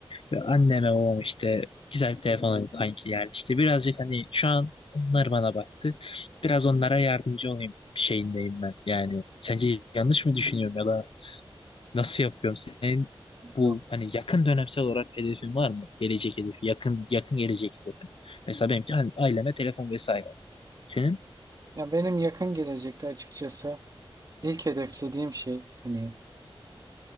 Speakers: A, on the left; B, on the right.
A: ve anneme babam işte güzel bir telefon alayım kanki yani işte birazcık hani şu an onlar bana baktı. Biraz onlara yardımcı olayım şeyindeyim ben. Yani sence yanlış mı düşünüyorum ya da nasıl yapıyorum? Senin bu
B: Yok.
A: hani yakın dönemsel olarak hedefin var mı? Gelecek hedefi, yakın yakın gelecek hedefin. Mesela benimki hani aileme telefon vesaire. Senin?
B: Ya benim yakın gelecekte açıkçası ilk hedeflediğim şey hani